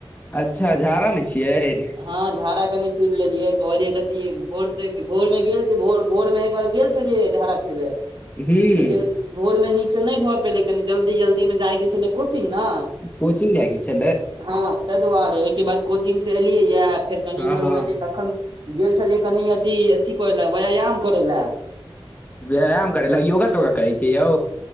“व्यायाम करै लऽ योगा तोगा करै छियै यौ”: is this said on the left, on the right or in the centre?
Left